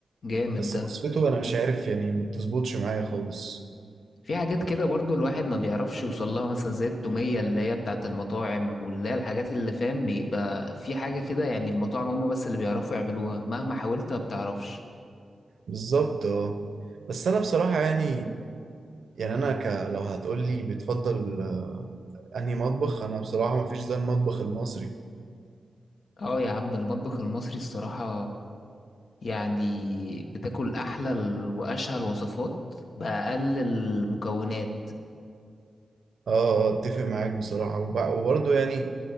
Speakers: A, on the left; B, on the right.
A: جامد
B: بس
A: ده
B: وصفته انا مش عارف يعني ما بتظبطش معايا خالص
A: في حاجات كده برضو الواحد ما بيعرفش يوصل لها مثلا زي التومية اللي هي بتاعت المطاعم واللي هي الحاجات اللي فاهم بيبقى في حاجة كده يعني المطاعم هم بس اللي بيعرفوا يعملوها مهما حاولت ما بتعرفش
B: بالظبط اه بس انا بصراحة يعني يعني انا ك... لو هتقولي بتفضل آه، انهي مطبخ انا بصراحه مفيش زي المطبخ المصري
A: اه يا عم المطبخ المصري الصراحة يعني بتاكل أحلى ال- وأشهى الوصفات بأقل المكونات
B: اه آه، اتفق معاك بصراحه وب... وبرضه يعني